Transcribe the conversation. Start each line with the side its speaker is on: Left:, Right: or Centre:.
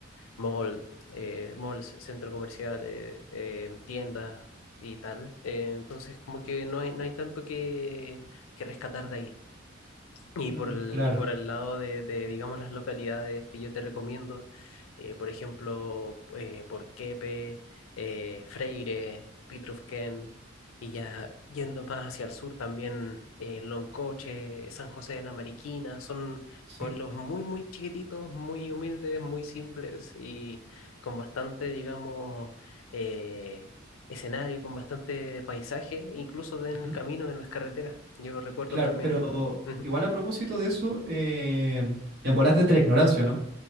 Left: mall, eh, malls, centro comercial, eh, eh, tiendas y tal. Eh, entonces, como que no hay, no hay tanto que, que rescatar de ahí. Y
Right: Mm,
Left: por el,
Right: claro,
Left: y por el lado de, de, digamos, las localidades que yo te recomiendo, eh, por ejemplo, eh, Porquepe, eh, Freire, Pitrufquén, y ya yendo más hacia el sur también, eh, Loncoche, San José de la Mariquina, son
Right: sí.
Left: pueblos muy, muy chiquititos, muy humildes, muy simples y con bastante, digamos, eh, escenario, con bastante paisaje, incluso en
Right: ujú.
Left: el camino, en las carreteras. Yo recuerdo
Right: Claro,
Left: también...
Right: pero
Left: ujú.
Right: igual a propósito de eso, eh, en bolas de la ignorancia, ¿no?